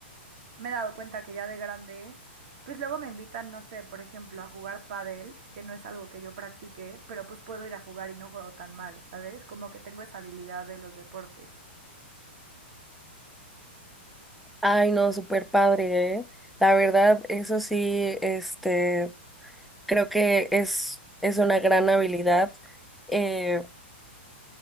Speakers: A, on the right; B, in the centre.
A: me he dado cuenta que ya de grande, pues luego me invitan, no sé, por ejemplo, a jugar pádel, que no es algo que yo practique, pero pues puedo ir a jugar y no juego tan mal, ¿sabes? Como que tengo esa habilidad de los deportes.
B: Ay, no, súper padre, ¿eh? La verdad, eso sí, este, creo que es, es una gran habilidad. eh,